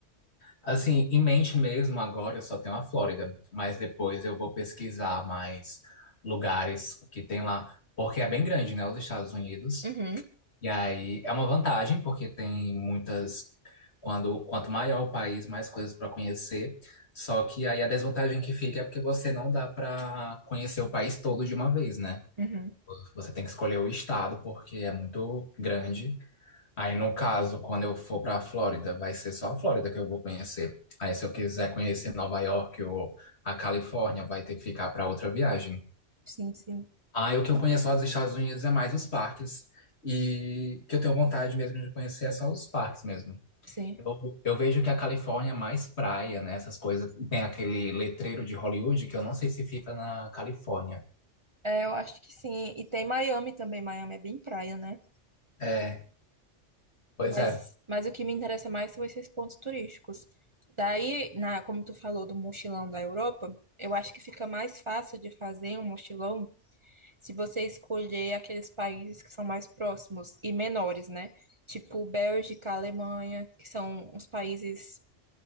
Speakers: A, on the left; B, on the right.
A: Assim, em mente mesmo, agora eu só tenho a Flórida, mas depois eu vou pesquisar mais lugares que tem lá, porque é bem grande, né? Os Estados Unidos.
B: Uhum,
A: E aí é uma vantagem, porque tem muitas. Quando, quanto maior o país, mais coisas para conhecer. Só que aí a desvantagem que fica é porque você não dá para conhecer o país todo de uma vez, né?
B: uhum.
A: Você tem que escolher o estado, porque é muito grande. Aí, no caso, quando eu for para a Flórida, vai ser só a Flórida que eu vou conhecer. Aí, se eu quiser conhecer Nova York ou a Califórnia, vai ter que ficar para outra viagem.
B: Sim, sim,
A: Aí, o que eu conheço lá dos Estados Unidos é mais os parques. E que eu tenho vontade mesmo de conhecer é só os parques mesmo.
B: sim.
A: Eu, eu vejo que a Califórnia é mais praia, né? Essas coisas. E Tem aquele letreiro de Hollywood que eu não sei se fica na Califórnia.
B: É, eu acho que sim. E tem Miami também. Miami é bem praia, né?
A: É, pois
B: Mas,
A: é.
B: mas o que me interessa mais são esses pontos turísticos. Daí, na, como tu falou do mochilão da Europa, eu acho que fica mais fácil de fazer um mochilão se você escolher aqueles países que são mais próximos e menores, né? Tipo Bélgica, Alemanha, que são uns países